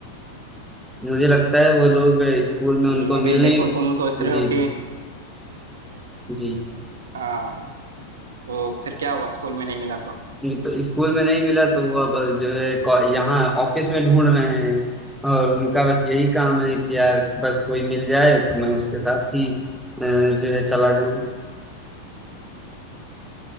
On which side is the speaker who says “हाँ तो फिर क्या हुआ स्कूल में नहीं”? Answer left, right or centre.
Right